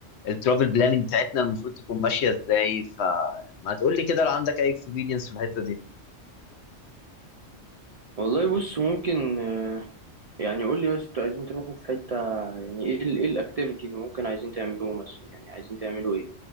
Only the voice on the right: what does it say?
والله بص ممكن آه، يعني قول لي بس انتوا عايزين تروحوا في حتة يعني ايه ال- ايه الاكتيفيتي اللي ممكن عايزين تعملوه مثلا يعني عايزين تعملوا ايه